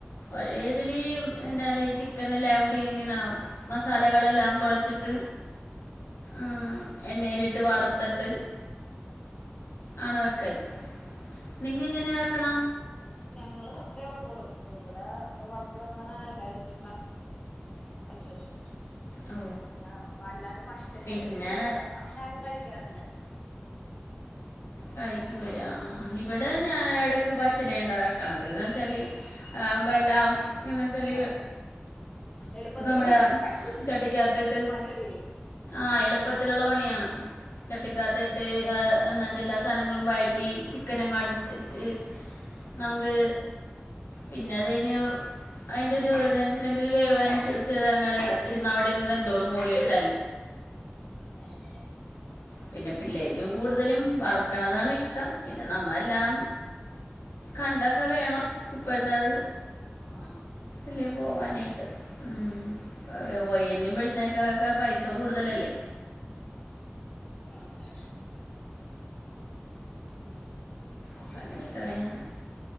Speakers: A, on the left; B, on the left.
A: ഒരേതില എന്താൽ ഈ ചിക്കനെല്ലാംകൂടി ങ്ങനെ മസാലകളെല്ലാം കുഴച്ചിട്ട് ആഎണ്ണയിലിട്ട് വറുത്തിട്ട് ആണ് വെക്കല് നിങ്ങ എങ്ങനെയാ വെക്കണ
B: ഞങ്ങള് വർത്തെ വെക്കോളു ഇവിടെ വറുത്ത് വെക്കണതല്ലായിരിക്കും ശരി ശരി <unintelligible>
A: ഓ
B: പിന്ന വല്ലാണ്ട് പച്ചനെ
A: പിന്നെ
B: വെക്കുന്നത് അങ്ങനെ ആരും കഴിക്കാറില്ല
A: കഴിക്കൂലേ ആ ഇവിടെ ഞാ ഇടക്ക് പച്ചന ഇണ്ടാക്കണത് എന്ന് വെച്ചാല് അതാകുമ്പം എല്ലാം എങ്ങന വെച്ചാല്
B: എളുപ്പത്തില്
A: നമ്മുടെ ചട്ടിക്കാത്തിട്ട്
B: പണി കഴിയും
A: ആഎളുപ്പത്തിലുള്ള
B: ആഹ്
A: പണിയാണ് ചട്ടിക്കാത്ത ഇട്ട് ഏ എന്നിട്ട് എല്ലാ സാധനങ്ങളും വഴറ്റി ചിക്കൻ അങ്ങാട് ത്ത് നമുക്ക് പിന്നെ അത് കഴിഞ്ഞ് അതിന്റെ ഒരു എന്താ ച്ചാ ചിക്കന്റെ ഒരു വേവ് അനുസരിച്ച് അത് അങ്ങട് ഇരുന്ന് അവിടെരുന്ന് വെന്തോളും മൂടി വെച്ചാൽ
B: ആഹ്
A: പിന്നെ പിള്ളേക്കും കൂടുതലും വറക്കണതാണ് ഇഷ്ടം പിന്നെ നമ്മെല്ലാം കണ്ടൊക്കെ വേണോ ഇപ്പഴത്തത്
B: ആഹ്
A: ഇല്ലേ പോവാനായിട്ട് മ് ഓയലിനും വെളിച് ച്ചെണ്ണക്കക്കെ പൈസ കൂടുതലല്ലേ
B: ആഹ്
A: അപ്പം
B: പിന്ന
A: അങ്ങനെയൊക്കെ വേണം